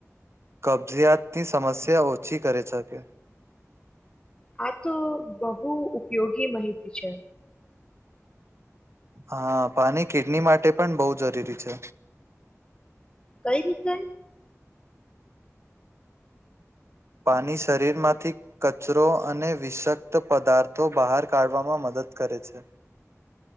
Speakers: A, on the right (about 55°); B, on the left (about 20°).
A: કબજયાતની સમસ્યા ઓછી કરે શકે
B: આ તો બહુ ઉપયોગી મહિતી છે
A: હા પાણી કિડની માટે પણ બોહ જરૂરી છે
B: કઈ રીતે
A: પાણી શરીરમાંથી કચરો અને વિષક્ત પદાર્થો બહાર કાઢવામાં મદદ કરે છે